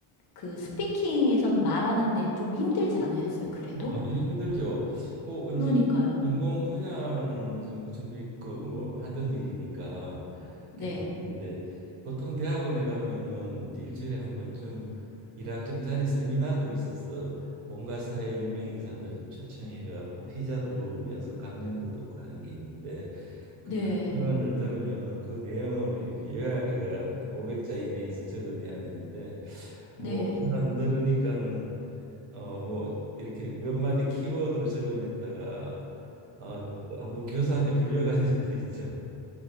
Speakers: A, on the left; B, on the right.
A: 그 스피킹에서는 말하는데 좀 힘들지 않으셨어요, 그래도?
B: 뭐 하기 힘들죠. 뭐
A: 그러니까요.
B: 이제 전공 분야는 어느 정도 준비 그 뭐 하던 일이니까
A: 네,
B: 괜찮은데 보통 대학원에 가면은 이제 일주일에 한 번쯤 일학점짜리 세미나도 있어서 온갖 사회 유명 인사들 초청해가 뭐 피자도 먹으면서 강연도 듣고 하는 게 있는데
A: 네,
B: 그 강연을 들으면은 그 내용을 이렇게 요약해가 한 500자 이내에서 적어내야 되는데 뭐
A: 네.
B: 일단 들으니까는 어 뭐 이렇게 몇 마디 키워드로 적어냈다가 아 한번 교사한테 불려간 <laughs> 적도 있죠.